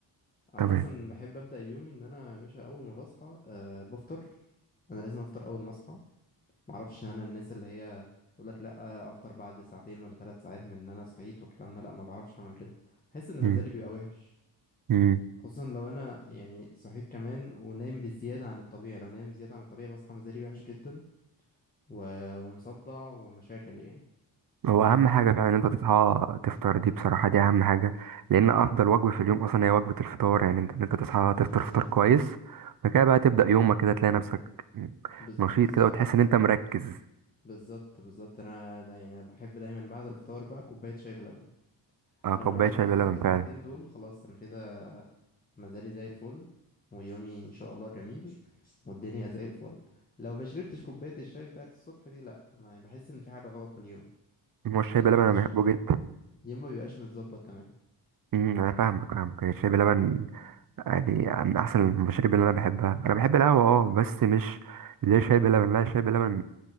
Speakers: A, on the left; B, on the right.
A: انا
B: تمام
A: اصلا بحب ابدا يومي ان انا يا باشا اول ما بصحى آه بفطر انا لازم افطر اول ما اصحى معرفش انا الناس اللي هي تقول لك لا افطر بعد ساعتين ولا ثلاث ساعات من ان انا صحيت والكلام ده لا ما بعرفش اعمل كده بحس ان
B: مم.
A: مزاجي بيبقى وحش
B: مم.
A: خصوصا لو انا يعني صحيت كمان ونايم بزياده عن الطبيعي لو نايم زياده عن الطبيعي بصحى مزاجي وحش جدا و- ومصدع ومشاكل يعني
B: هو اهم حاجه فعلا ان انت تصحى تفطر دي بصراحه دي اهم حاجه لان افضل وجبه في اليوم اصلا هي وجبه الفطار يعني انت ان انت تصحى تفطر فطار كويس وبعد كده بقى تبدا يومك كده تلاقي نفسك
A: بز-
B: نشيط
A: بالظبط
B: كده وتحس ان انت مركز
A: بالظبط بالظبط انا دا يعني بحب دايما بعد الفطار بقى كوبايه شاي بلبن
B: اه
A: انا
B: كوبايه
A: مجرد
B: شاي
A: ما انا عملت
B: بلبن
A: الحاجتين
B: فعلا
A: دول خلاص انا كده مزاجي زي الفل ويومي ان شاء الله جميل والدنيا زي الفل لو ما شربتش كوبايه الشاي بتاعه الصبح دي لا ما بحس ان في حاجه غلط في اليوم
B: هو الشاي
A: اليوم
B: بلبن
A: ما بيبقاش
B: انا بحبه جدا
A: اليوم ما بيبقاش متظبط تمام
B: امم، انا فاهمك فاهمك يعني الشاي بلبن يعني من احسن المشاريب اللي انا بحبها انا بحب القهوه اه بس مش اللي هي شاي بلبن لا الشاي بلبن